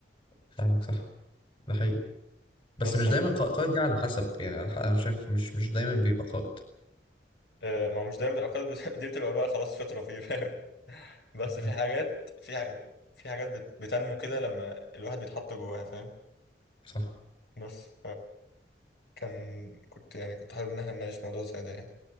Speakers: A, on the left; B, on the left.
A: فاهمك صح ده حقيقي بس
B: بس
A: مش
B: أن-
A: دايما قا- قائد دي على حسب يعني على ح- انا شايف مش مش دايما بيبقى قائد
B: آه، ما هو مش دايما بيبقى قائد بس <laughs> دي بتبقى بقى خلاص فطره فيه فاهم بس
A: فاهم
B: في حاجات في ح- في حاجات بت- بتنمو كده لما الواحد بيتحط جواها فاهم
A: صح
B: بس فكان كنت يعني كنت حابب ان احنا نناقش موضوع زي ده يعني